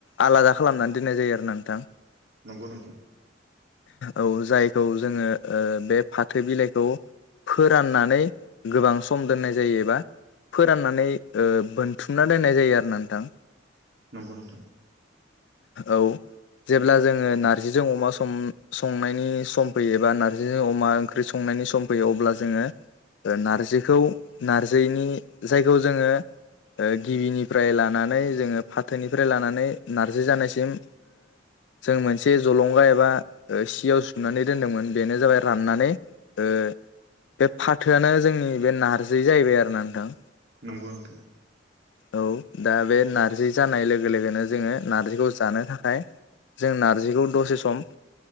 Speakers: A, on the left; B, on the right.
A: आलादा खालामनानै दोननाय जायो आरोना नोंथां
B: नंगौ नोंथां
A: औ जायखौ जोङो ओ बे फाथो बिलाइखौ फोराननानै गोबां सम दोननाय जायो फोरनानै ओ बोनथुमना दोननाय जायो आरोना नोंथां
B: नंगौ नोंथां
A: औ जेब्ला जोङो नारजिजों अमा संनायनि सम फैयो एबा नारजिजों अमा ओंख्रि संनो सम फैयो अब्ला जोङो नारजिखौ नारजिनि जायखौ जोंङो गिबिनिफ्राय लानानै जोङो फाथोनिफ्राय लानानै नारजि जानायसिम जों मोनसे जलंगा एबा सियाव सुनानै दोनदोंमोन बेनो जाबाय राननानै बे फाथोआनो जोंनि बे नारजि जाहैबाय आरोना नोंथां
B: नंगौ नोंथां
A: औ दा बे नार्जि जानाय लोगो लोगोनो जोङो नार्जिखौ जानो थाखाय जों नार्जिखौ दसे सम